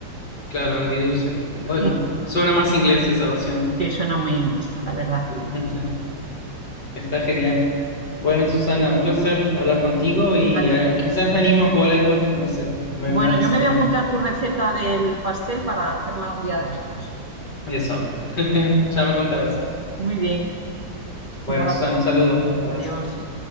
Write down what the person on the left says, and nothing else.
claro, agridulce. Bueno,
suena más inglés esa versión.
<laughs> Está genial. Bueno, Susana, un placer hablar contigo y
ah, quizás me animo a jugar al golf, no lo sé. Me,
me has
animado.
Eso. <laughs> Ya me contarás.
Bueno,
Susana, un saludo, abrazo.